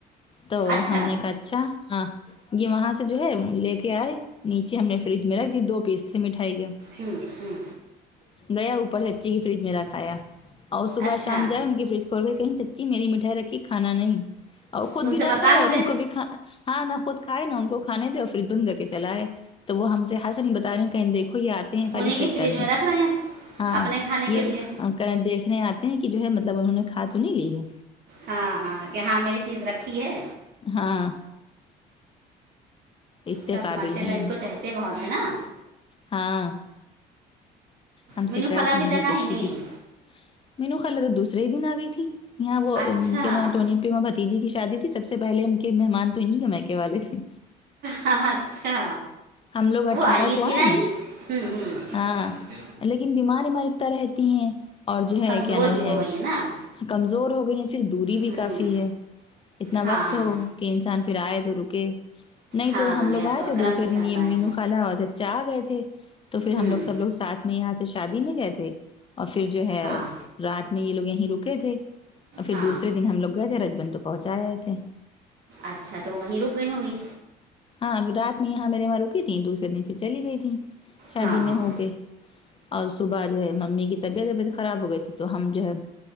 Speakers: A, on the left (about 30°); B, on the right (about 70°).
A: تو
B: اچھا
A: ہم نے کہا اچھا ہاں یہ وہاں سے جو ہے لے کے آئے نیچے ہم نے فریج میں رکھ دی دو پیس تھے مٹھائی کے
B: ہوں ہوں
A: گیا اوپر سے فریج مے رکھایا اور صبح
B: اچھا
A: شام جائے ان کی فریج کھولئے کہیں چچی میری مٹھائی رکھی کھانا نہیں اور خود
B: ان
A: بھی
B: سے
A: نہ
B: بتا
A: کھائے اور ان
B: دے
A: کو بھی نا ہاں نہ خود کھاے ںا ان کو کھان دے اور فریج بند کر کے چلاائے تو وہ ہم سے ہاس نہیں بتا رہے کہیں دیکھو یہ آتے ہیں
B: انہیں
A: خالی
B: کی
A: چیک
B: فریج
A: کرنے
B: میں رکھ رہے ہیں
A: ہاں
B: اپنے کھانے کے
A: یہ
B: لیے
A: دیکھنے آتے ہیں کہ جو ہے مطلب انہوں نے کھا تو نہیں لی ہے
B: ہاں ہاں کہ ہاں میری چیز رکھی ہے
A: ہاں اتنے
B: سب
A: قابل
B: ماشاء
A: ہیں
B: اللہ
A: یہ
B: ان کو چتے بہت ہے نا
A: ہاں ہم
B: مینو
A: سے کہر
B: خالہ
A: تھے
B: ابھی
A: مجھے
B: تک
A: چچی
B: آئی نہیں
A: کی
B: آئی
A: مینو خال تو دوسرے ہی دن آ گئی تھی یہاں وہ
B: اچھا
A: ان کے وہاں ٹنی پیما بتیجی کی شادی تھی سب سے پہلے ان کے مہمان تو ان ہی کے مائیکے والے تھے
B: ہاں اچھا
A: ہم لوگ اٹھارہ
B: وہ آئیں گی
A: کو
B: پھر
A: آئے
B: آئیں
A: ہیں
B: گی ہوں ہ
A: ہاں لیکن بیماریاں اتنا رہتی ہیں اور جو ہے
B: کمزور
A: کیا نام
B: بھی
A: ہے
B: ہو گئی ہیں نا اب
A: کمزور ہو گئی ہیں پھر دوری بھی
B: ہوں
A: کافی ہے اتنا
B: ہاں
A: وقت ہو کہ انسان پھر آئے تو رکے نہیں
B: ہاں
A: تو ہم لوگ
B: یا
A: آئے
B: تو اکرم
A: تھے دوسرے
B: کے
A: دن
B: ساتھ
A: یہ امی
B: آئیں
A: ن کلا اور چچا آ گئے تھے تو پھر ہم
B: ہوں
A: لوگ سب لوگ ساتھ میں یہاں سے شادی میں گئے تھے اور پھر جو ہے
B: ہاں
A: رات میں یہ لوگ یہیں رکے تھے اور پھر
B: ہاں
A: دوسرے دن ہم لوگ گئے تھے رج بندت پہنچا آے تھے
B: اچھا تو وہ وہیں رک گئی ہوں گی
A: ہاں رات میں یہاں میرے وہاں رکی تیں دوسرے دن پھر چلی گئی تھی شادی
B: ہاں
A: میں ہو کے اور صبح جو ہے ممی کی طبیعت وبیعت خراب ہو گئی تھی تو ہم جو ہے